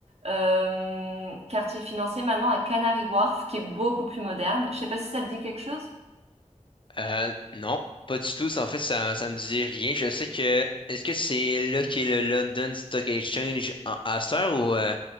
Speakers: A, on the right; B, on the left.
A: euh, quartier financier maintenant à Canary Wharf, qui est beaucoup plus moderne. Je sais pas si ça te dit quelque chose.
B: Euh, non, pas du tout. Ça, En fait, ça, ça me dit rien. Je sais que. Est-ce que c'est là qu'est le London Stock Exchange en- à cette heure ou euh,